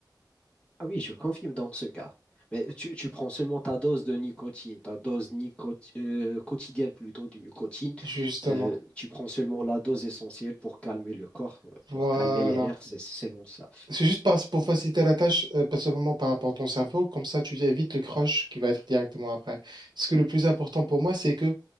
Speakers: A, on the left (about 15°); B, on the right (about 70°).
A: Ah oui, je confirme dans ce cas. Mais tu, tu prends seulement ta dose de nicotine, ta dose nicot- euh, quotidienne plutôt de nicotine.
B: Justement.
A: Euh, tu prends seulement la dose essentielle pour calmer le corps, euh,
B: Voilà.
A: pour calmer les nerfs, c'est seulement ça.
B: C'est juste parce- pour faciliter la tâche, euh, principalement par rapport à ton cerveau. Comme ça, tu évites le crush qui va être directement après. Ce que le plus important pour moi, c'est que